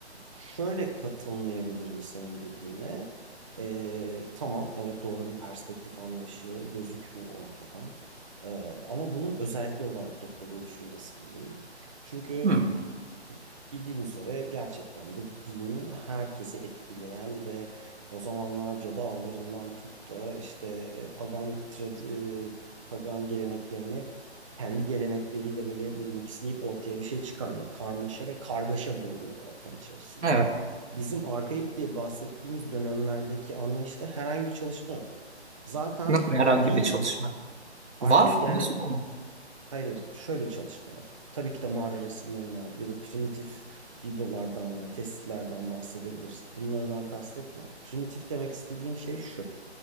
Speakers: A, on the right; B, on the right.
A: şöyle katılmayabilirim senin dediğine. Ee, tamam, evet doğru bir perspektif anlayışı gözükmüyor ortada. Ee, ama bunun özellikle olarak yapıldığı düşüncesindeyim. Çünkü
B: Hmm.
A: e, bildiğin üzere gerçekten de din herkesi etkileyen ve o zamanlar cadı avlarından tut da işte e, pagan trad- e, pagan geleneklerini kendi gelenekleriyle böyle mixleyip ortaya bir şey çıkarma, karmaşa ve kargaşa bulunuyor ortam içerisinde.
B: Evet.
A: Bizim arkaik diye bahsettiğimiz dönemlerdeki anlayışta herhangi bir çalışma yok. Zaten
B: Nasıl herhangi
A: dil
B: bir çalışma
A: arkaik
B: var?
A: yani
B: Nasıl bu?
A: Hayır, hayır, şöyle çalışma yok. Tabii ki de mağara resimlerinden ya da primitif biblolardan veya testlerden bahsedebiliriz. Bunlardan kastetmiyorum. Primitif demek istediğim şey şu.